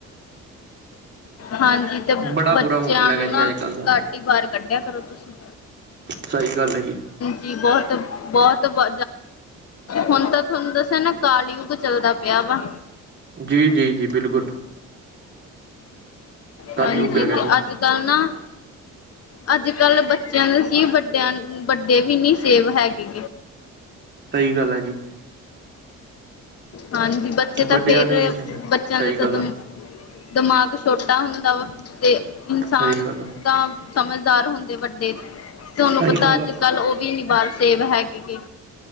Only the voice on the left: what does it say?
ਹਾਂਜੀ ਤੇ
ਬੱਚਿਆਂ
ਨੂੰ
ਨਾ
ਘੱਟ ਹੀ ਬਾਹਰ ਕੱਢਿਆ ਕਰੋ ਤੁਸੀਂ।
ਜੀ ਬੋਹਤ-ਬੋਹਤ ਬ ਹੁਣ ਤਾ ਤੁਹਾਨੂੰ ਦਸਾ ਨਾ ਕਾਲਯੁਗ ਚੱਲਦਾ ਪਿਆ ਵਾ।
ਹਾਂਜੀ
ਤੇ
ਅੱਜ ਕੱਲ ਨਾ ਅੱਜ ਕੱਲ ਬੱਚਿਆ ਨੂੰ ਕੀ ਵੱਡਿਆ ਵੱਡੇ ਵੀ ਨੀ ਸੇਵ ਹੈਗੇ।
ਹਾਂਜੀ ਬੱਚੇ
ਤਾਂ ਫੇਰ
ਬੱਚਿਆਂ
ਦਾ
ਦ
ਦਿਮਾਗ ਛੋਟਾ ਹੁੰਦਾ ਵਾ ਤੇ ਇਨਸਾਨ
ਤਾ ਸਮਝਦਾਰ ਹੁੰਦੇ ਵੱਡੇ ਤੁਹਾਨੂੰ
ਪਤਾ
ਅੱਜ
ਕੱਲ ਉਹ ਵੀ ਨਿ ਬਾਰ ਸੇਵ ਹੈਗੇ ਗੇ।